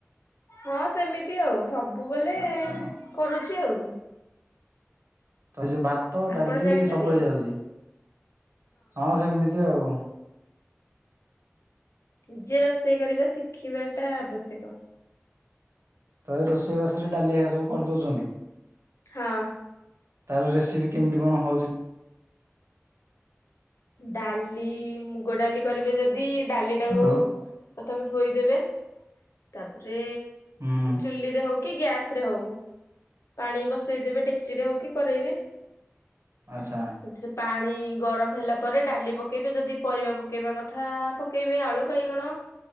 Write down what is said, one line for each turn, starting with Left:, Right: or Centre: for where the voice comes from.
Left: ହଁ ସେମିତି ଆଉ। ସବୁବେଲେ
Right: ଆଚ୍ଛା
Left: କରୁଚି ଆଉ
Right: ତ ଯୋଉ ଭାତ
Left: ଆପଣ
Right: ଡାଲି
Left: ଜାଣିଛନ୍ତି?
Right: ସବୁ ହେଇଯାଉଚି ହଁ ସେମିତି ଆଉ
Left: ନିଜେ ରୋଷେଇ କରିବା ଶିଖିବା ଟା ଆବଶ୍ୟକ।
Right: ତ ଏଇ ରୋଷେଇ ବାସ ରେ ଡାଲି ହୋ ସବୁ କରିଦଉଚନ୍ତି।
Left: ହଁ।
Right: ତାର ରେସିପି କେମିତି କଣ ହଉଚି।
Left: ଡାଲି ମୁଗ ଡାଲି କରିବେ ଯଦି ଡାଲିଟା
Right: ହ୍ୟାଲୋ
Left: ଟାକୁ ପ୍ରଥମେ ଧୋଇଦେବେ ତାପରେ
Right: ହୁଁ
Left: ଚୁଲିରେ ହଉ କି ଗ୍ୟାସେ ହଉ ପାଣି ବସେଇଦେବେ ଡେକ୍ଚିରେ ହେଉ କି କରେଇରେ
Right: ଆଚ୍ଛା।
Left: ସେଥିରେ ପାଣି ଗରମ ହେଲା ପରେ ଡାଲି ପକେଇବେ ଯଦି ପରିବା ପକେଇବା କଥା ପକେଇବେ ଆଳୁ ବାଇଗଣ